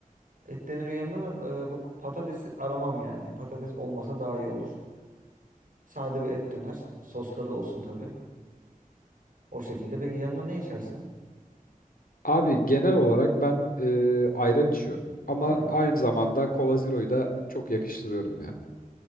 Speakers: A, on the right (about 70°); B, on the left (about 75°).
A: Et döneri yanında da e, bu patatesi aramam yani. Patates olmasa daha iyi olur. Sade bir et döner. Sosları olsun tabii. O şekilde. Peki yanına ne içersin?
B: Abi genel olarak ben e, ayran içiyorum ama
A: Ayran.
B: aynı zamanda Cola Zero'yu da çok yakıştırıyorum ya.